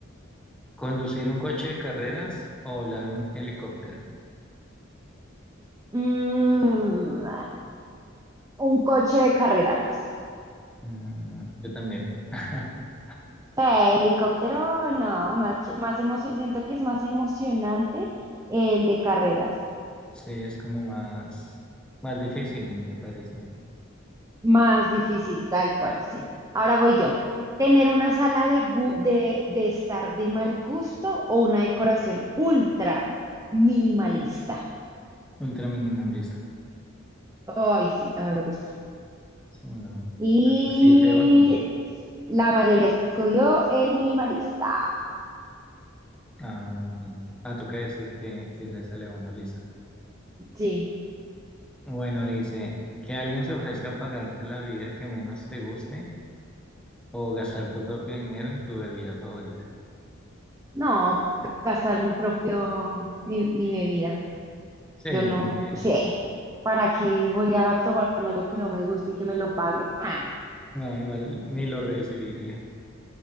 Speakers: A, in the centre; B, on the right (about 15°).
A: ¿Conducir un coche de carreras o volar un helicóptero?
B: Mm, un coche de carreras.
A: Mm, yo también. <laughs>
B: sea, helicóptero, no, más, más emocio- siento que es más emocionante el de carreras,
A: Sí, es como más, más difícil, me parece.
B: más difícil, tal cual, sí. Ahora voy yo. ¿Tener una sala de, gu- de, de estar de mal gusto o una decoración ultra minimalista?
A: Ultra minimalista.
B: Ay, sí, también me gusta.
A: Sí, no.
B: Y
A: Algo así feo, no.
B: la mayoría escogió el minimalista.
A: Ah, ok. Ah, toca decir que, que le sale a uno, listo.
B: Sí,
A: Bueno, dice, que alguien se ofrezca a pagarte la vida que menos te guste o gastar tu propio dinero en tu bebida favorita.
B: no, gastar mi propio, mi, mi bebida.
A: Sí,
B: Yo no
A: yo también.
B: sé, ¿para qué voy a tomarme algo que no me guste y que me lo pague? Ah,
A: No, igual ni lo recibiría.